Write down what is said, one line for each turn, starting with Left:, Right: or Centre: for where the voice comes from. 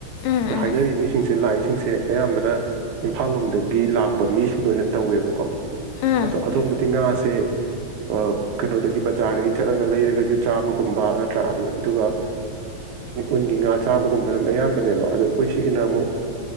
Left: ꯎꯝ
Right: ꯑꯗ
Left: ꯎꯝ
Right: ꯍꯥꯏꯅꯔꯤꯕ ꯃꯤꯁꯤꯡꯁꯦ ꯂꯥꯛꯏꯁꯤꯡꯁꯦ ꯑꯌꯥꯝꯕꯅ ꯏꯝꯐꯥꯜ ꯂꯣꯝꯗꯒꯤ ꯂꯥꯛꯄ ꯃꯤꯁꯤꯡ ꯑꯣꯏꯅ ꯇꯧꯋꯦꯕꯀꯣ
Left: ꯎꯝ
Right: ꯑꯗꯣ ꯑꯗꯣꯝꯗ ꯇꯦꯡꯉꯥꯛꯁꯦ ꯑ ꯀꯩꯅꯣꯗꯒꯤ ꯕꯖꯥꯔꯗꯒꯤ ꯆꯠꯂꯒ ꯂꯩꯔꯒꯁꯨ ꯆꯥꯕ ꯨꯝꯕ ꯅꯠꯇ꯭ꯔ ꯑꯗꯨꯒ ꯎꯟꯒꯤ ꯉꯥ ꯆꯥꯕꯒꯨꯝꯕ ꯑꯗꯨꯝ ꯑꯌꯥꯝꯕꯅꯦꯕ ꯑꯗꯣ ꯑꯩꯈꯣꯏ ꯁꯤꯒꯤꯅ ꯑꯃꯨꯛ